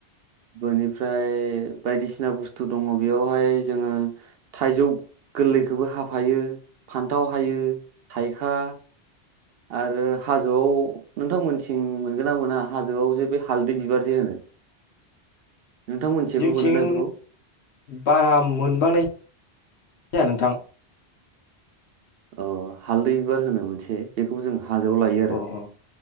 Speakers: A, on the right; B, on the left.
A: बोनि फ्राय बायदिसिना बुस्थु दङ बेयावहाय जोङो थाइजौ गोरलैखोबो हाफायो फान्थाव हायो थाइ खा आरो हाजोआव नोंथांमोन निथिं मोनगो ना मोना हाजोआव जे बे हालदै बिबार जे होनो नोंथां मोनथिबो
B: जोंथिं
A: मोनोना बेखौ?
B: बारा मोनबांनाय जाया नोंथां।
A: अ हालदै बिबार होनो मोनसे बेखौ जों हाजोआव लायो आरो
B: अ अ